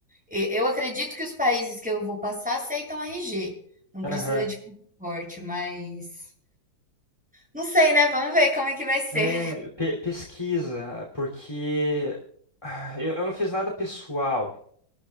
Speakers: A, in the centre; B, on the left.
A: e eu acredito que os países que eu vou passar aceitam RG, não
B: Aham.
A: precisa de passaporte, mas não sei, né, vamos ver como é que vai ser.
B: É, pe- pesquisa, porque ah, eu, eu não fiz nada pessoal.